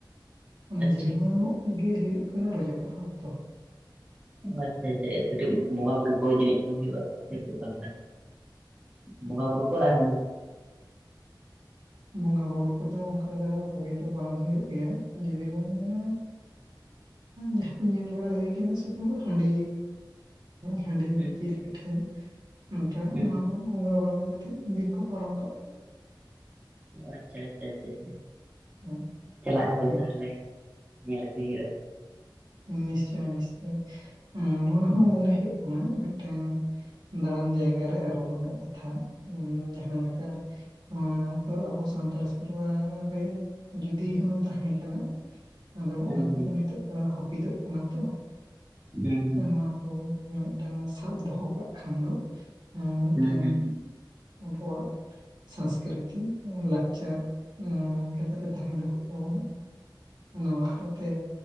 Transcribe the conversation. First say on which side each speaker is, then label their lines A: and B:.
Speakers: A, on the right; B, on the right.
A: ᱚᱱᱟ
B: ᱟᱪᱪᱷᱟ
A: ᱡᱷᱤᱞᱣᱟᱹᱝ ᱚᱜ ᱜᱮ ᱦᱩᱭᱩᱜ ᱠᱟᱱᱟ ᱨᱚᱡᱚ ᱯᱚᱨᱚᱵᱽ ᱫᱚ
B: ᱚ ᱟᱪᱪᱷᱟ ᱟᱪᱪᱷᱟ ᱠᱟᱹᱴᱤᱡ ᱵᱚᱸᱜᱟ ᱵᱩᱨᱩ ᱠᱚ ᱡᱟᱹᱱᱤᱡ ᱪᱚᱝ ᱦᱩᱭᱩᱜᱼᱟ ᱥᱮ ᱪᱮᱫ ᱚᱠᱟᱞᱮᱠᱟ ᱵᱚᱸᱜᱟ ᱵᱩᱨᱩ ᱠᱚ ᱟᱨ
A: ᱵᱚᱸᱜᱟ ᱵᱩᱨᱩ ᱠᱚᱫᱚ ᱚᱱᱠᱟ ᱫᱚ ᱵᱷᱟᱹᱜᱤ ᱫᱚ ᱵᱟᱝ ᱦᱩᱭᱩᱜ ᱜᱮᱭᱟ ᱡᱩᱫᱤ ᱵᱚᱱ ᱢᱮᱱᱟ ᱡᱟᱦᱟᱸ ᱠᱚ ᱧᱮᱞ ᱵᱟᱲᱟ ᱦᱩᱭ ᱠᱟᱱᱟ ᱥᱮ ᱯᱩᱨᱟᱹ ᱦᱟᱺᱰᱤ ᱦᱟᱺᱰᱤ
B: ᱦᱩᱸ
A: ᱡᱤᱞ ᱯᱤᱴᱷᱟᱹ ᱠᱟᱱᱴᱷᱟᱲ
B: ᱦᱩᱸ
A: ᱱᱚᱣᱟ ᱠᱚ ᱵᱚᱸᱜᱟ ᱵᱩᱨᱩ ᱠᱟᱛᱮᱜ ᱫᱤᱱ ᱠᱚ ᱯᱟᱨᱚᱢ ᱠᱟᱜ
B: ᱟᱪᱪᱷᱟ ᱟᱪᱪᱷᱟ ᱟᱪᱪᱷᱟ
A: ᱦᱮᱸ
B: ᱪᱟᱞᱟᱜ ᱦᱩᱭᱩᱜᱼᱟ
A: ᱦᱮᱸ
B: ᱛᱟᱦᱚᱞᱮ ᱧᱮᱞ ᱟᱜᱩᱭ ᱦᱩᱭᱩᱜ ᱼᱟ
A: ᱱᱤᱥᱪᱳᱭ ᱱᱤᱥᱪᱳᱭ ᱱᱚᱣᱟ ᱦᱚᱸ
B: ᱦᱩᱸ
A: ᱢᱚᱱᱮ ᱦᱩᱭᱩᱜ ᱠᱟᱱᱟ ᱢᱤᱫᱴᱟᱝ ᱫᱟᱬᱟᱱ ᱡᱟᱭᱜᱟ ᱨᱮ ᱟᱹᱨᱩ ᱨᱮᱱᱟᱜ ᱠᱟᱛᱷᱟ ᱡᱟᱦᱟᱸ ᱞᱮᱠᱟ ᱱᱚᱣᱟ ᱫᱚ ᱟᱵᱚ ᱥᱟᱱᱛᱟᱲ ᱥᱮᱨᱣᱟ ᱨᱮ ᱡᱩᱫᱤ ᱦᱚᱸ ᱛᱟᱦᱮᱸ ᱠᱟᱱᱟ ᱟᱫᱚ
B: ᱦᱩᱸ
A: ᱚᱱᱟ ᱠᱚᱫᱚ
B: ᱦᱩᱸ
A: ᱱᱤᱛᱚᱜ ᱫᱚ ᱦᱟᱹᱯᱤᱫᱚᱜ ᱠᱟᱱᱟ ᱛᱚ
B: ᱦᱩᱸ ᱦᱩᱸ
A: ᱚᱱᱟ ᱠᱚ ᱢᱤᱫᱴᱟᱝ ᱥᱟᱵ ᱫᱚᱦᱚ ᱠᱟᱜ ᱠᱷᱟᱱ ᱫᱚ ᱢᱤᱫᱴᱮᱱ
B: ᱦᱩᱸ ᱦᱩᱸ
A: ᱟᱵᱚᱣᱟᱜ ᱥᱚᱝᱥᱠᱨᱤᱛᱤ ᱞᱟᱠᱪᱟᱨ ᱞᱮᱠᱟᱛᱮ ᱛᱟᱦᱮᱸ ᱫᱚ ᱚᱱᱟ ᱚᱱᱟ ᱵᱟᱠᱷᱨᱟ ᱛᱮ